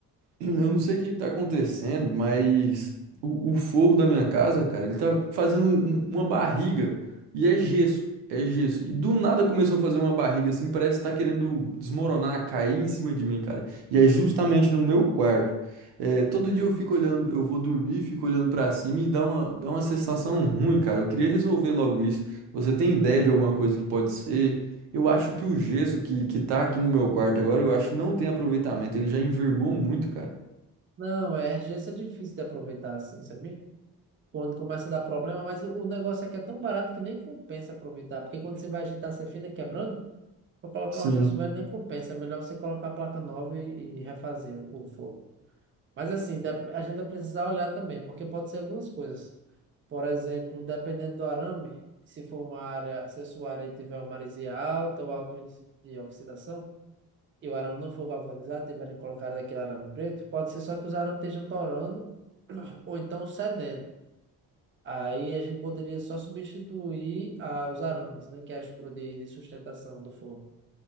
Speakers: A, on the right; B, on the right.
A: Eu não sei o que que tá acontecendo, mas o, o forro da minha casa, cara, ele tá fazendo um- uma barriga e é gesso, é gesso. E do nada começou a fazer uma barriga assim, parece que tá querendo desmoronar, cair em cima de mim, cara. E é justamente no meu quarto. É, todo dia eu fico olhando, eu vou dormir, fico olhando pra cima e dá uma, dá uma sensação ruim, cara. Eu queria resolver logo isso. Você tem ideia de alguma coisa que pode ser? Eu acho que o gesso que, que tá aqui no meu quarto agora, eu acho que não tem aproveitamento. Ele já envergou muito, cara.
B: Não, é, gesso é difícil de aproveitar assim, sabia? Quando começa a dar problema, mas o, o negócio aqui é tão barato que nem compensa aproveitar, porque quando você vai agitar, você fina quebrando, pra colocar
A: Sim.
B: um gesso velho nem compensa, é melhor você colocar a placa nova e, e refazer o forro. Mas assim, dep- a gente vai precisar olhar também, porque pode ser algumas coisas. Por exemplo, dependendo do arame, se for uma área, se a sua área tiver uma maresia alta ou alto índice de oxidação, e o arame não for galvanizado, tiverem colocado aquele arame preto, pode ser só que os arames estejam torando ou então cedendo. Aí a gente poderia só substituir ah, os arames, né, que é a estrutura de, de sustentação do forro.